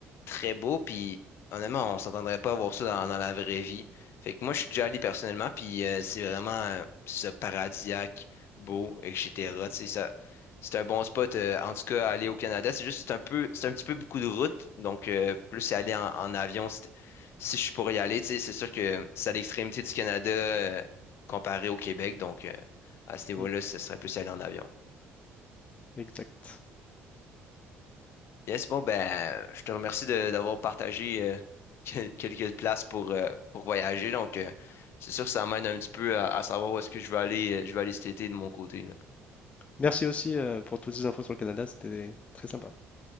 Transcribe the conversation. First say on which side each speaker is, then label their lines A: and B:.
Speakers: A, on the left; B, on the left.
A: très beau. Puis honnêtement, on s'entendrait pas avoir ça dans, dans la vraie vie. Fait que moi, je suis déjà allé personnellement. Puis euh, c'est vraiment euh, ce paradisiaque, beau, et etc. Tu sais, ça, c'est un bon spot. euh, en tout cas, aller au Canada, c'est juste c'est un peu, c'est un petit peu beaucoup de route. Donc euh, plus c'est aller en, en avion, c'est- si je suis pour y aller, tu sais, c'est sûr que c'est à l'extrémité du Canada euh, comparé au Québec. Donc. euh, à ce niveau-là,
B: Mm,
A: ce serait plus y aller en avion.
B: exact.
A: Yes, bon, ben, je te remercie de- d'avoir partagé euh, <laughs> quel- quelques places pour, euh, pour voyager. Donc, euh, c'est sûr que ça m'aide un petit peu à, à savoir où est-ce que je vais aller, euh, je vais aller cet été de mon côté, là.
B: Merci aussi euh, pour toutes ces infos sur le Canada, c'était très sympa.